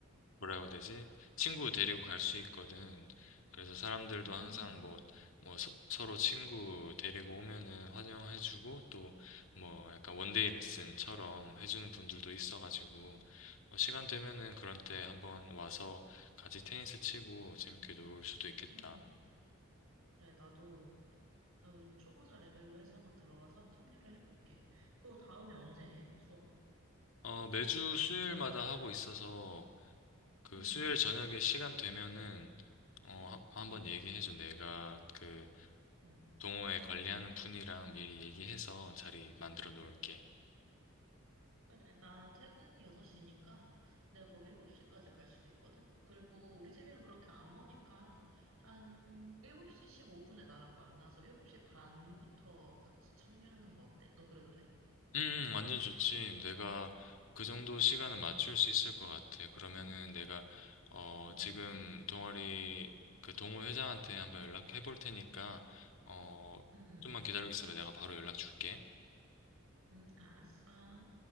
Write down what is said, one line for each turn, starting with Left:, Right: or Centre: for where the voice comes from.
Left: 뭐라고 해야 되지? 친구 데리고 갈 수 있거든. 그래서 사람들도
Right: 응,
Left: 항상 뭐, 뭐 서, 서로 친구 데리고 오면은 환영해주고 또 뭐 약간 원데이 레슨처럼 해주는 분들도 있어가지고 어, 시간 되면은 그런 때 한번 와서 같이 테니스 치고 재밌게 놀 수도 있겠다.
Right: 응, 응. 그래, 나도, 나도 초보자 레벨로 해서 한번 들어가서 참여를 해볼게. 그거 다음에 언제 해? 수업?
Left: 어, 매주 수요일마다 하고 있어서 그
Right: 응,
Left: 수요일
Right: 응,
Left: 저녁에 시간 되면은 어, 한- 한번
Right: 응,
Left: 얘기해줘. 내가 그
Right: 응.
Left: 동호회 관리하는 분이랑 미리 얘기해서 자리 만들어 놓을게.
Right: 그래, 나 퇴근이 6시니까 내가 거기 7시까지 갈 수 있거든? 그리고 우리 집이랑 그렇게 안 머니까 한 7시 15분에 나랑 만나서 7시 반부터 같이 참여하는 거 어때? 너 그래도 돼?
Left: 음, 음, 완전 좋지. 내가 그 정도
Right: 응,
Left: 시간은 맞출 수 있을 것 같아. 그러면은 내가, 어,
Right: 응,
Left: 지금
Right: 응,
Left: 동아리, 그 동호회장한테 한번 연락해 볼 테니까, 어,
Right: 응, 응,
Left: 좀만 기다리고 있어봐. 내가 바로 연락 줄게.
Right: 응, 알았어.